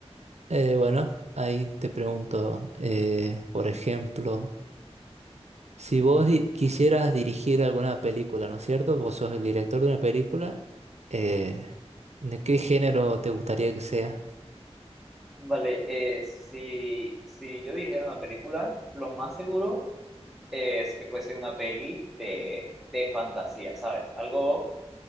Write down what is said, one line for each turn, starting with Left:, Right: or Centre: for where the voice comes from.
Right: Eh, bueno, ahí te pregunto, eh, por ejemplo... Si vos di- quisieras dirigir alguna película, ¿no es cierto? Vos sos el director de una película. eh, ¿de qué género te gustaría que sea?
Centre: Vale, eh, si, si yo dijera una película, lo más seguro es que fuese una peli de, de fantasía, ¿sabes? Algo...